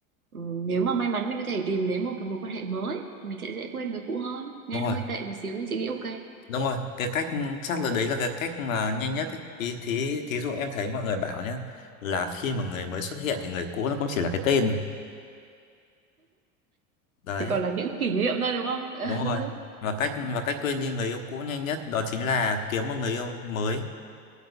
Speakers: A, on the right; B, on the left.
A: ừ, nếu mà may mắn mình có thể tìm đến một cái mối quan hệ mới thì mình sẽ dễ quên người cũ hơn nghe
B: đúng rồi
A: nó hơi tệ một xíu nhưng chị nghĩ ok
B: đúng rồi cái cách chắc là đấy là cái cách mà nhanh nhất ấy. ý thí thí dụ em thấy mọi người bảo nhá là khi mà người mới xuất hiện thì người cũ nó cũng chỉ là cái tên thôi. đấy
A: chỉ còn là những kỷ niệm thôi đúng không <laughs>
B: đúng rồi và cách và cách quên đi người yêu cũ nhanh nhất đó chính là kiếm một người yêu mới